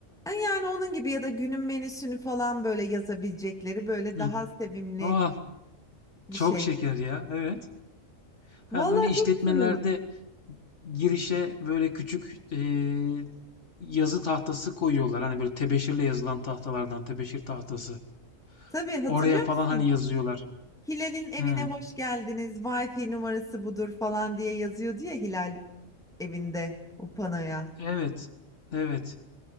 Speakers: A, in the centre; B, on the left.
A: e, yani onun gibi ya da günün menüsünü falan böyle yazabilecekleri böyle
B: Hı.
A: daha sevimli
B: Ah,
A: bir
B: çok
A: şey.
B: şeker ya. Evet. Ha,
A: Valla
B: böyle işletmelerde
A: çok güzel olur.
B: girişe böyle küçük eee, yazı tahtası koyuyorlar. Hani böyle tebeşirle yazılan tahtalardan tebeşir tahtası.
A: Tabii hatırlıyor
B: Oraya falan
A: musun?
B: hani yazıyorlar.
A: Hilal'in evine
B: Hı.
A: hoş geldiniz. Wi-Fi numarası budur falan diye yazıyordu ya Hilal evinde o panoya.
B: Evet. Evet.